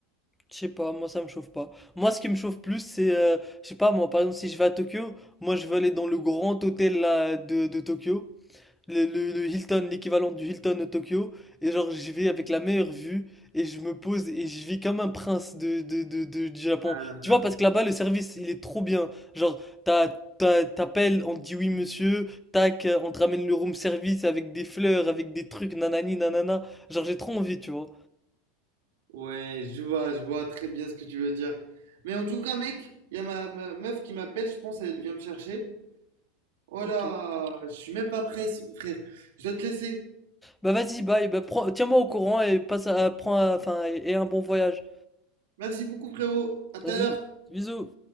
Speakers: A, in the centre; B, on the right (about 75°).
A: Je sais pas, moi ça me chauffe pas. Moi ce qui me chauffe plus c'est, euh, je sais pas moi, par exemple si je vais à Tokyo, moi je veux aller dans le grand hôtel là, de, de Tokyo. le, le- le Hilton, l'équivalent du Hilton de Tokyo, et genre j'y vais avec la meilleure vue, et je me pose et je vis comme un prince de, de, de, de- du Japon.
B: Ah, non.
A: Tu vois, parce que là-bas, le service, il est trop bien. Genre, t'as, t'as- t'appelles, on te dit oui monsieur, tac, euh, on te ramène le room service avec des fleurs, avec des trucs, nanani, nanana. Genre, j'ai trop envie, tu vois.
B: Ouais, je vois, je vois très bien ce que tu veux dire. Mais en tout cas, mec, il y a ma, ma meuf qui m'appelle, je pense, elle vient me chercher. Oh là,
A: Ok.
B: je suis même pas prêt, frère. Je dois te laisser.
A: Bah vas-y, bye, bah, prends- tiens-moi au courant et passe à, prends, un- enfin, et et un bon voyage.
B: Merci beaucoup, frérot. À tout
A: Vas-y,
B: à l'heure.
A: bisous.